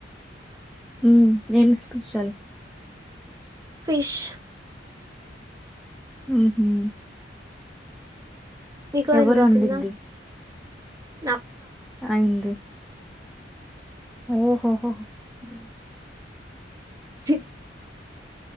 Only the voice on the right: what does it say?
ఫిష్.
ఇకు అయ్యిందా
తిందాం నా
<inaudible> చి